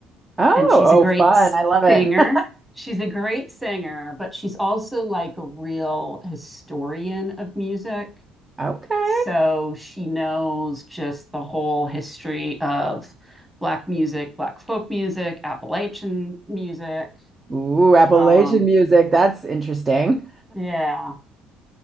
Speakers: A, on the right (about 20°); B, in the centre.
A: Oh,
B: and she's
A: oh,
B: a great
A: fun. I love it.
B: singer
A: <laughs>
B: she's a great singer but she's also like a real historian of music
A: Okay.
B: so she knows just the whole history of Black music, Black folk music, Appalachian music.
A: Ooh, Appalachian
B: Um,
A: music. That's interesting.
B: yeah,